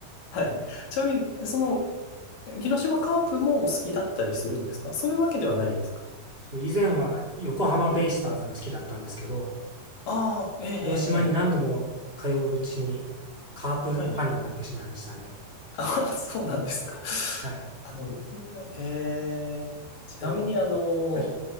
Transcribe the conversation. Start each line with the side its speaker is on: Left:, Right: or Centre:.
Left: はい。ちなみに、その、広島カープもお好きだったりするんですかそういうわけではないですか
Right: そう、以前は横浜ベイスターズが好きだったんですけど、
Left: ああ、ええ、
Right: 広島に何度も通ううちに
Left: ええ、ええ
Right: カープファンになってしまいましたね。
Left: はい。あ、そうなんですか。
Right: はい。
Left: あの、えー、ちなみにあの、
Right: こう、はい。